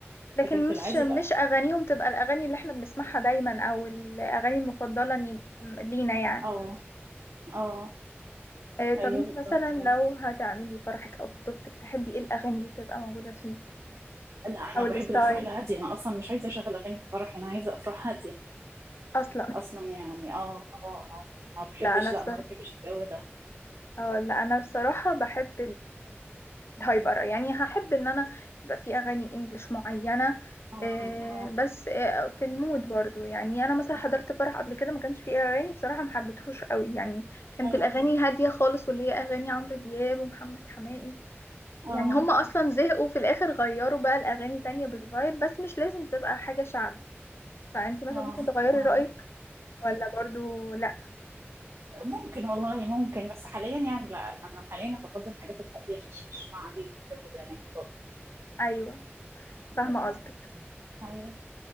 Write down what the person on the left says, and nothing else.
لكن
مش
مش
اغانيهم تبقى الاغاني اللي احنا بنسمعها دايما او الاغاني المفضله ني- لينا يعني
آه،
طب انتي
مثلا
لو هتعملي فرحك او خطوبتك تحبي ايه الاغاني اللي تبقى موجوده فيه
او الستايل
اصلا
لا انا بصراحه
اه لا انا بصراحه بحب هيبقى رأي. يعني هحب ان انا يبقى في اغاني انجليش معينة
آه،
بس آه، في المود برضو يعني انا مثلا
حضرت فرح قبل كده ما كانش فيه اغاني بصراحة ما حبيتهوش قوي يعني كانت
الاغاني هادية خالص واللي هي اغاني عمرو دياب ومحمد حماقي
يعني هما اصلا زهقوا في الاخر غيروا بقى الاغاني تانية بتفايب بس مش لازم تبقى حاجة شعبي فانتي مثلا
ممكن تغيري
رأيك ولا برضو لا
ايوه فاهمة
قصدك